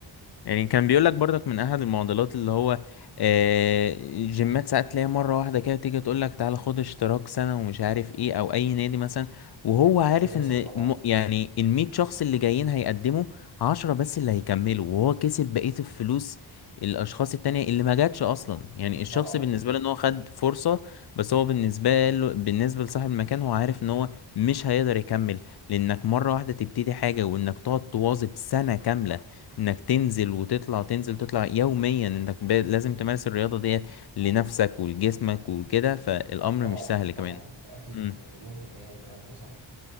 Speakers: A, on the left; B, on the right.
A: يعني كان بيقول لك برضك من احد المعضلات اللي هو آه، جيمات ساعات تلاقي مره واحده كده تيجي تقول لك تعالى خد اشتراك سنه ومش عارف ايه او اي نادي مثلا وهو عارف
B: بيحصل
A: ان
B: طبعا
A: م... يعني ال 100 شخص اللي جايين هيقدموا 10 بس اللي هيكملوا وهو كسب بقيه الفلوس الاشخاص التانية اللي ما جاتش اصلا يعني الشخص
B: طبعا
A: بالنسبه له ان هو خد فرصه بس هو بالنسبه له بالنسبه لصاحب المكان هو عارف ان هو مش هيقدر يكمل لانك مره واحده تبتدي حاجه وانك تقعد تواظب سنه كامله انك تنزل وتطلع تنزل تطلع يوميا انك ب... لازم تمارس الرياضة ديت لنفسك ولجسمك وكده فالامر
B: طبعا
A: مش سهل كمان
B: طبعا اكيد
A: امم
B: م- مليون في المية الكلام ده صح